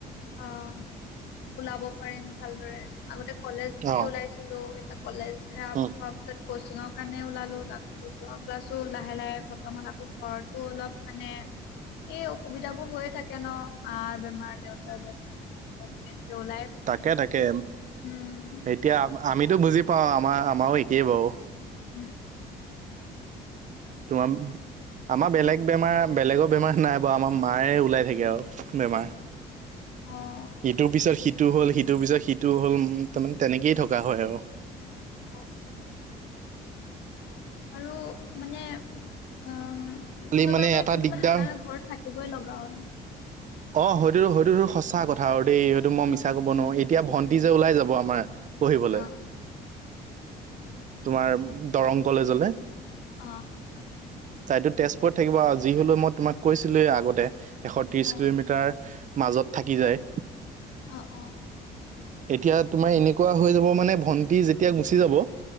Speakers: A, on the left (about 85°); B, on the right (about 45°).
A: অ' ওলাব পাৰিম ভালদৰে। আগতে কলেজ বুলি
B: অ
A: ওলাইছিলোঁ, এতিয়া কলেজ শেষ হোৱা
B: উম।
A: পিছত কচিঙৰ কাৰণে ওলালোঁ তাৰ পিছত যোৱা ক্লাছো লাহে-লাহে খতম হ'ল, আকৌ ঘৰতো অলপ মানে এই অসুবিধাবোৰ হৈ থাকে ন' মাৰ বেমাৰ, দেউতাৰ বেমাৰ। কিবা ওলাই থাকে
B: তাকে-তাকে।
A: উম।
B: এতিয়া আমিতো বুজি পাওঁ আমাৰ আমাৰো একেই বাৰু।
A: উম।
B: তোমাৰ আমাৰ বেলেগ বেমাৰ বেলেগৰ বেমাৰ নাই বাৰু আমাৰ মাৰে ওলাই থাকে আৰু বেমাৰ।
A: অ'।
B: ইটোৰ পিছত সিটো হ'ল, সিটোৰ পিছত সিটো হ'ল, তাৰমানে তেনেকেই থকা হয় আৰু।
A: অ'। আৰু মানে অ'
B: খালি
A: কোনোবা
B: মানে
A: নাই
B: এটা
A: কোনোবা
B: দিগদাৰ
A: সেইকাৰণে ঘৰত থাকে এইবাৰ লগাম।
B: অ' হ'য়তোটো হ'য়তোটো সঁচা কথা আৰু দেই সেইটো মই
A: উম
B: মিছা ক'ব নোৱাৰোঁ।
A: উম
B: এতিয়া ভণ্টি যে ওলাই যাব আমাৰ পঢ়িবলৈ
A: অ
B: তোমাৰ দৰং কলেজলৈ।
A: অ'
B: তাইটো তেজপুৰত থাকিব আৰু। যি হ'লেও মই তোমাক কৈছিলোৱেই আগতে। শেষত
A: অ
B: কিলোমিটাৰ মাজত থাকি যায়।
A: অ'-অ'।
B: এতিয়া তোমাৰ এনেকুৱা হৈ যাব মানে ভন্টি যেতিয়া গুচি যাব